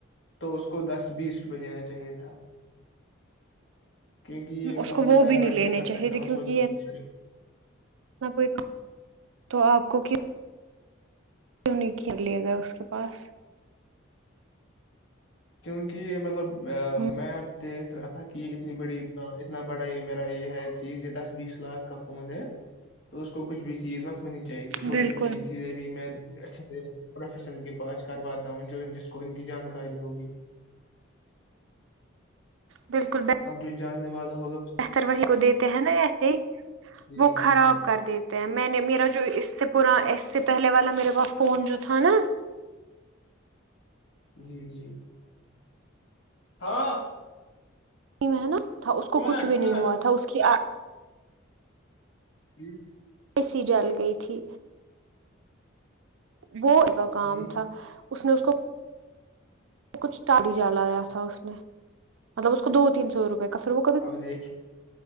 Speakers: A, on the left; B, on the right.
A: تو اس کو دس بیس روپئے لینا چاہیے تھا کیونکہ یہ
B: اس
A: کام
B: کو
A: میں
B: وہ
A: گھر
B: بھی نہیں
A: بیٹھے
B: لینے
A: کر
B: چاہیے
A: سکتا
B: تھے
A: ہوں
B: کیونکہ
A: سوتے سوتے بھی
B: کوئی تو آپ کوک کیوں نہیں کھیر لیا گیا اس کے پاس؟
A: کیونکہ مطلب
B: ہ
A: میں اب دیکھ رہا تھا کہ اتنی بڑی اتنا بڑا یہ میرا یہ ہے چیز یہ دس بیس لاکھ کا فون ہے تو اس کو کچھ بھی چیز م ہونی چاہیے تھی چھوٹی
B: بالکل
A: چھوٹی چیزیں بھی میں اچھے سے پروفیسنل کے پاس کرواتا ہوں جو جس کو ان کی جانکاری ہوگی
B: بالکل
A: اب جو جاننے والا ہوگا اس
B: بہتر وہی کو دیتے ہیں نا ایسے ہی
A: جی
B: وہ خراب
A: جی
B: کر دیتے ہیں میں نے میرا جو اس سے پا اس سے پہلے والا میرے پاس فون جو تھا نا
A: جی جی ہاں
B: میں نا تھا اس کو
A: دو منٹ
B: کچھ بھی
A: دو
B: نہیں
A: منٹ
B: ہوا تھا اس کی
A: ہی
B: ا سی جال گئی تھی وہ پقام
A: جی
B: تھا اس نے اس کو وہ کچھ ٹاڑی جالا آیا تھا اس مطلب اس کو دو تین سو روپئے کا پھر وہ کبھی
A: اب دیکھ